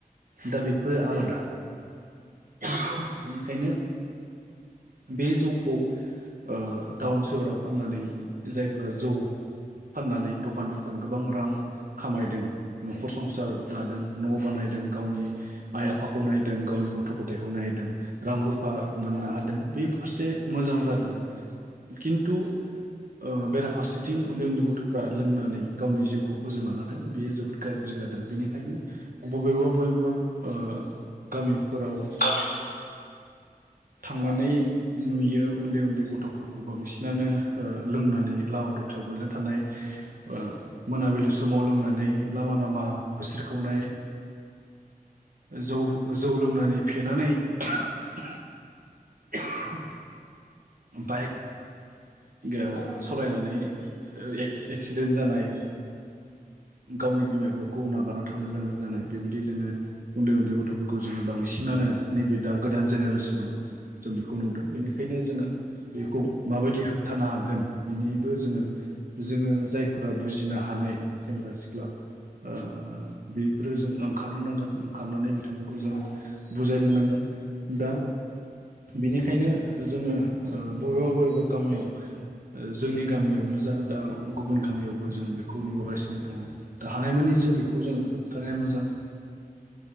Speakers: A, on the right (about 65°); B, on the left (about 75°).
A: दा बेफोरो आलादा बेनिखायनो बे जौखौ ओ टाउन सोहोराव फाननानै जायफ्रा जौ फाननानै दखान दखान गोबां रां खामायदों न'खर संसार दादों न' बानायदों गावनि आइ आफाखौ नायदों गावनि गथ' गथायखौ नायदों रां रु फा मोननो
B: औ
A: हादों फारसे मोजां जादों खिन्थु ओ बेराफारसेथिं उन्दै उन्दै गथ'फ्रा लोंनानै गावनि जिउखौ फोजोबना लादों। बेयो जोबोर गाज्रि जादों बेनिखायनो बबेबा बबेबा ओ गामिफोराव
B: गामि
A: थांनानै
B: औ
A: नुयो उन्दै उन्दै गथ'फोरखौ बांसिनानो ओ लोंनानै लामा दथायाव गोलैनानै थानाय ओ मोनाबिलि समाव लोंनानै लामा लामा होस्रिखावनाय जौ जौ लोंनानै फेनानै <unintelligible> बाइक ओ
B: औ
A: सालायनानै ओ ए-एक्सिडेन्ट जानाय। गावनि बिमा बिफाखौ नागारना थांनो गोनां जानाय बेबायदि जोङो उन्दै उन्दै गथ'फोरखौ जोङो बांसिनानो नैबे दा गोदान जेनेरेसनाव जों बेखौ नुदों। बेनिखायनो जोङो बेखौ माबायदि होबथानो हागोन बिनिबो जोङो जोङो जायफोरा बुजिनो हानाय सेंग्रा सिख्ला ओ बेफोरो जों ओंखारनो नांगोन ओंखारनानै बिथांमोनखौ जोङो
B: औ
A: बुजायनो नांग- गोन बा बेनिखायनो जोङो बबेबा बबेबा गामियाव जोंनि गामियावनो जा दा गुबुन गामियावबो जों बेखौ नुबोगासिनो दङ दा हानायमानि जों बेखौ जोङो होबथानाया मोजां